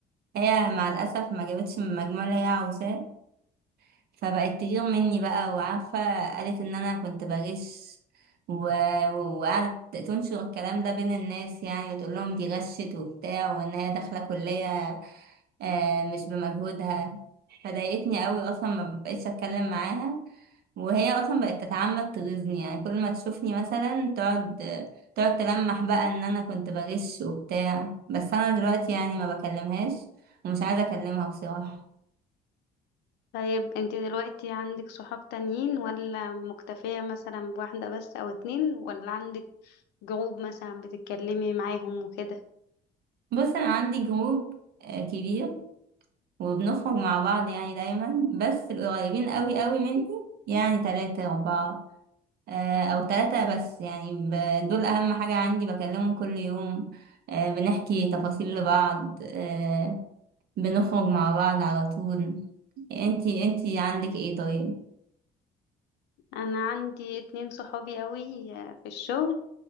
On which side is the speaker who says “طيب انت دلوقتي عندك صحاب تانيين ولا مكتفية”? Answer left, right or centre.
Left